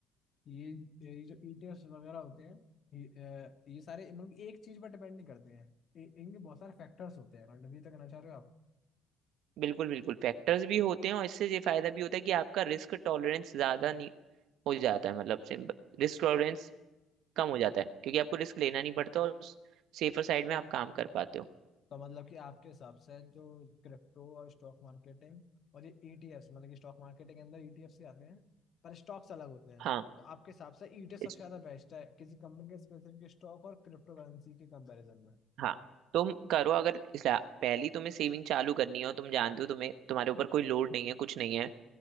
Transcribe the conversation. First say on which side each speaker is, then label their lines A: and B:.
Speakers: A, on the left (about 55°); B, on the right (about 70°).
A: ये ये जो ETFs वगैरह होते हैं ये अ, ये सारे मतलब एक चीज पर डिपेंड नहीं करते हैं इ- इनके बहुत सारे फैक्टर्स होते हैं मतलब ये तो कहना चाह रहे हो आप
B: बिल्कुल बिल्कुल फैक्टर्स भी होते हैं और इससे ये फायदा भी होता है कि आपका रिस्क टॉलरेंस ज्यादा नहीं हो जाता है मतलब सिंपल रिस्क टॉलरेंस कम हो जाता है क्योंकि आपको रिस्क लेना नहीं पड़ता और सेफर साइड में
A: तो
B: आप काम कर पाते हो
A: तो मतलब कि आपके हिसाब से जो क्रिप्टो और स्टॉक मार्केटिंग और ये ईटीएफ्स मतलब कि स्टॉक मार्केट के अंदर ईटीएफ्स ही आते हैं पर स्टॉक्स अलग होते हैं
B: हाँ
A: तो आपके हिसाब से ईटीएफ सबसे
B: इस
A: ज्यादा बेस्ट है किसी कंपनी के स्पेसिफिक स्टॉक और क्रिप्टो करेंसी के कंपैरिजन में
B: हाँ तुम करो अगर इसला- पहली तुम्हें सेविंग चालू करनी है और तुम जानते हो तुम्हें तुम्हारे ऊपर कोई लोड नहीं है कुछ नहीं है